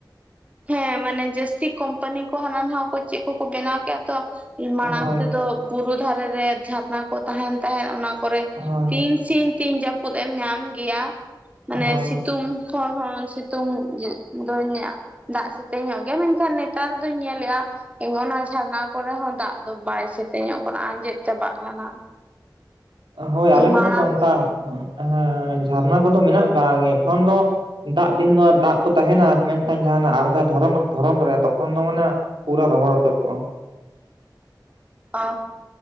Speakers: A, on the right (about 15°); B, on the right (about 80°).
A: ᱦᱮᱸ ᱢᱟᱱᱮ ᱡᱟᱹᱥᱛᱤ ᱠᱳᱢᱯᱟᱱᱤ ᱠᱚ ᱦᱟᱱᱟ ᱱᱚᱣᱟ ᱠᱚ ᱪᱮᱫ ᱠᱚᱠᱚ ᱵᱮᱱᱟᱣ ᱠᱮᱫᱼᱟ ᱛᱚ, ᱢᱟᱲᱟᱝ
B: ᱦᱳᱭ
A: ᱛᱮᱫᱚ ᱵᱩᱨᱩ ᱫᱷᱟᱨᱮ ᱨᱮ ᱡᱷᱟᱨᱱᱟ ᱠᱚ ᱛᱟᱦᱮᱱ ᱛᱟᱦᱮᱸᱫ ᱚᱱᱟ ᱠᱚᱨᱮ
B: ᱦᱳᱭ
A: ᱛᱤᱱ ᱥᱤᱧ ᱛᱤᱱ ᱡᱟᱹᱯᱩᱫ ᱮᱢ ᱧᱟᱢ ᱜᱮᱭᱟ ᱢᱟᱱᱮ
B: ᱦᱳᱭ
A: ᱥᱤᱛᱩᱝ ᱠᱷᱚᱱ ᱦᱚᱸ ᱥᱤᱛᱩᱝ ᱫᱟᱹᱧᱟᱜ ᱫᱟᱜ ᱥᱮᱛᱮᱧ ᱧᱚᱜ ᱜᱮᱭᱟ ᱢᱮᱱᱠᱷᱟᱱ ᱱᱮᱛᱟᱨ ᱫᱚᱧ ᱧᱮᱞᱮᱜᱼᱟ ᱮᱢᱚᱱᱟ ᱡᱷᱟᱨᱱᱟ ᱠᱚᱨᱮ ᱦᱚᱸ ᱫᱟᱜ ᱫᱚ ᱵᱟᱭ ᱥᱮᱛᱮᱧᱚᱜ ᱠᱟᱱᱟ ᱟᱸᱡᱮᱫ ᱪᱟᱵᱟᱜ ᱠᱟᱱᱟ᱾
B: ᱦᱳᱭ
A: ᱢᱟᱲᱟᱝ
B: ᱟᱞᱮ ᱴᱷᱮᱱ ᱦᱚᱸᱛᱚ ᱚᱱᱠᱟ ᱦᱮᱸ ᱡᱷᱟᱨᱱᱟ ᱠᱚᱫᱚ ᱢᱮᱱᱟᱜ ᱟᱠᱟᱟᱜ ᱮᱠᱷᱚᱱ ᱫᱚ ᱫᱟᱜ ᱫᱤᱱ ᱫᱚ ᱫᱟᱜ ᱠᱚ ᱛᱟᱦᱮᱱᱟ ᱢᱮᱱᱠᱷᱟᱱ ᱡᱟᱦᱟᱸᱱᱟᱜ ᱟᱨᱫᱷᱟ ᱫᱷᱚᱨᱚᱱ ᱫᱷᱚᱨᱚᱱ ᱨᱮ ᱛᱚᱠᱷᱚᱱ ᱫᱚ ᱢᱟᱱᱮ ᱯᱩᱨᱟᱹ ᱨᱚᱦᱚᱲ ᱩᱛᱟᱹᱨ ᱠᱚᱜᱼᱟ᱾
A: ᱚᱻ